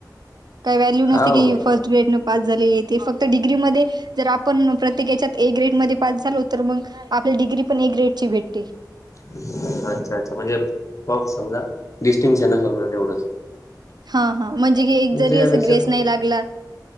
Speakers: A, on the right; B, on the left.
A: काही व्हॅल्यू नसते
B: हा हो
A: की, फर्स्ट ग्रेड न पास झालेे ते फक्त डिग्री मध्ये जर आपण प्रत्ये कच्यात ए ग्रेड म पास झालो तर, मग आपल्या डिग्री पण ए ग्रेड ची भेटते.
B: अच्छा अच्छा, म्हणजे पप समजा डिस्टिंशन ना समजा तेवढंच.
A: हा.. हा.. म्हणजे की एक
B: म्हणजे
A: जरी
B: यापेक्षा
A: अस ग्रेस
B: तो
A: नाही लागला.